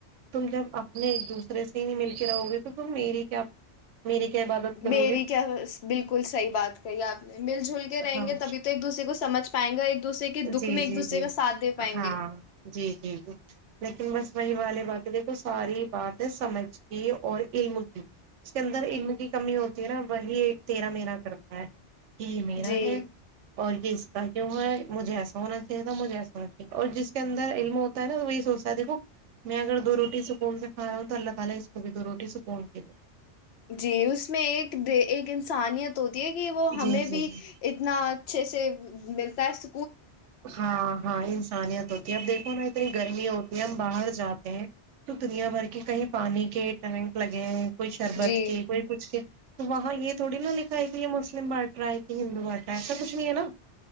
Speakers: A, on the right (about 90°); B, on the left (about 70°).
A: تم جب اپنے ایک دوسرے سے نہیں مل کے رہو گے تو تم میری کیا میری کیا عبادت کرو
B: میری
A: گے
B: کیا بالکل صحیح بات کہی آپ نے مل جل کے رہیں
A: ہاں
B: گے تبھی تو ایک دوسے کو سمجھ پائیں گے اور ایک دوسرے کے دکھ
A: جی
B: میں
A: جی
B: ایک دوسے
A: جی
B: کا ساتھ دے پائیں
A: ہاں
B: گے
A: جی جی جی لیکن بس وہی والی باتیں دیکھو ساری باتیں سمجھ کی اور علم کی اس کے اندر علم کی کمی ہوتی ہے نا وہی ایک تیرا میرا کرتا ہے کہ یہ میرا
B: جی
A: ہے اور یہ اس کا کیوں ہے مجھے ایسانا چاہیے تھا مجھے ایسانا ہ
B: جی اس میں ایک ایک انسانیت ہوتی کہ وہ ہمیں
A: جی جی
B: بھی
A: جی
B: اتنا اچھے سے ملتا دس
A: ہاں ہاں انسانیت ہوتی ہے اب دیکھو نا اتنی گرمی ہوتی ہم باہر جاتے ہیں تو دنیا بھر کے کہیں پانی کے ٹینک لگے ہیں کوئی شربت
B: جی
A: کے کوئی کچھ کے تو وہاں یہ تھوڑی نا لکھا ہے کہ یہ مسلم بانٹ رہا ہے کہ ہندو بانٹ رہا ہے ایسا کچھ نہیں ہے نا